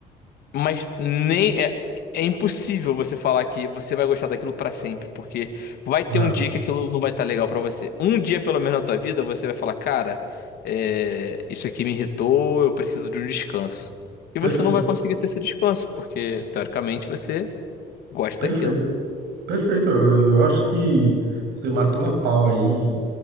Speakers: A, on the left; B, on the right.
A: Mas nem é, é impossível você falar que você vai gostar daquilo pra sempre, porque vai ter
B: É.
A: um dia que aquilo não vai estar legal pra você. Um dia, pelo menos na tua vida, você vai falar, cara, é, isso aqui me irritou, eu preciso de um descanso. E
B: Perfeito.
A: você não vai conseguir ter esse descanso, porque teoricamente você gosta
B: Perfeito.
A: daquilo.
B: Perfeito. Eu, eu acho que você matou a pau aí